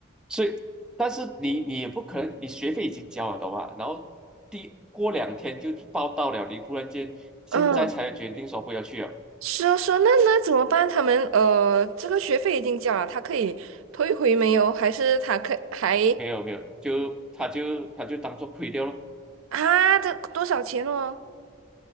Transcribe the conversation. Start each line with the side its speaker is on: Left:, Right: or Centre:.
Centre: 所以，但是你你也不可能，你学费已经交了，懂吗？然后第过两天就报到了，你忽然间现在才决定说不要去了，
Right: 嗯，是啊，是啊，那那怎么办？他们呃，这个学费已经交了，他可以退回没有？还是他可还
Centre: 没有没有，就他就他就当做亏掉了，
Right: 啊？这多少钱哦？